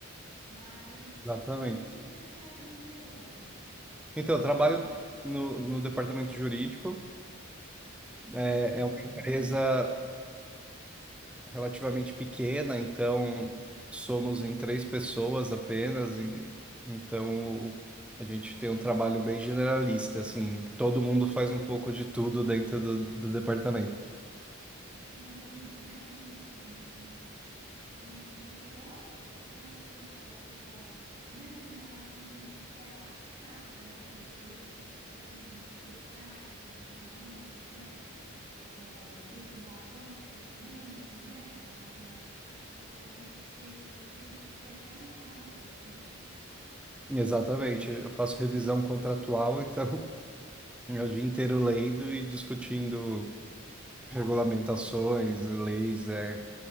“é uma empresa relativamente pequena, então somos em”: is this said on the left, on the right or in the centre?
Centre